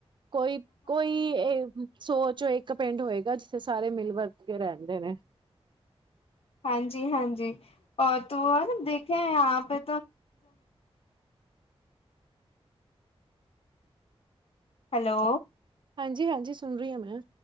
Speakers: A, on the right; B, on the left.
A: ਕੋਈ ਕੋਈ ਇਹ ਸੋਚ, ਇੱਕ ਪਿੰਡ ਹੋਏਗਾ ਜਿੱਥੇ ਸਾਰੇ ਮਿਲ ਵਰਤ ਕੇ ਰਹਿੰਦੇ ਨੇ।
B: ਹਾਂਜੀ ਹਾਂਜੀ ਔਰ ਤ ਹਨ ਦੇਖੇ ਆ ਪੇ। ਹੈਲੋ।
A: ਹਾਂਜੀ ਹਾਂਜੀ ਸੁਣ ਰਹੀ ਹਾਂ ਮੈਂ।